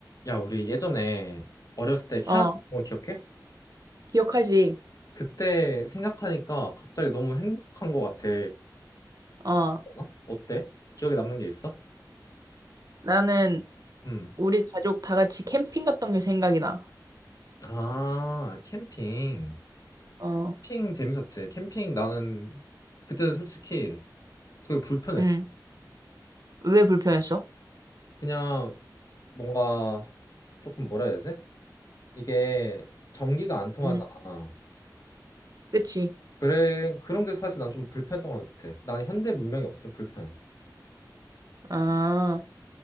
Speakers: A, on the left (about 50°); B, on the right (about 55°).
A: 야, 우리 예전에 어렸을 때 캐나다
B: 어,
A: 간 거 기억해?
B: 기억하지?
A: 그때 생각하니까 갑자기 너무 행복한 거 같아.
B: 어,
A: 어? 어때? 기억에 남는 게 있어?
B: 나는
A: 음.
B: 우리 가족 다 같이 캠핑 갔던 게 생각이 나.
A: 아, 캠핑.
B: 어,
A: 캠핑 재밌었지. 캠핑 나는 그때 솔직히 되게 불편했어.
B: 응. 왜 불편했어?
A: 그냥 뭔가 조금 뭐라 해야 되지? 이게 전기가 안 통하잖아.
B: 응. 그치.
A: 그래, 그런 게 사실 난 좀 불편했던 것 같아. 난 현대 문명이 없어 좀 불편해.
B: 아,